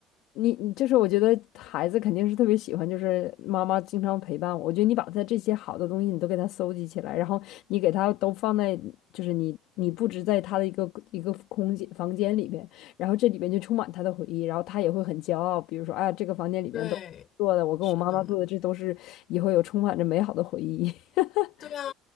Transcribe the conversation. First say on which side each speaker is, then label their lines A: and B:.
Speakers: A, on the left; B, on the left.
A: 你你就是我觉得孩子肯定是特别喜欢，就是妈妈经常陪伴我。我觉得你把他这些好的东西你都给他搜集起来，然后你给他都放在，就是你你布置在他的一个一个空间房间里边，然后这里边就充满他的回忆，然后他也会很骄傲。比如说，哎呀，这个房间里边都做的，
B: 对，
A: 我跟我妈妈做的，
B: 是的，
A: 这都是以后有充满着美好的回忆。<laughs>
B: 对啊，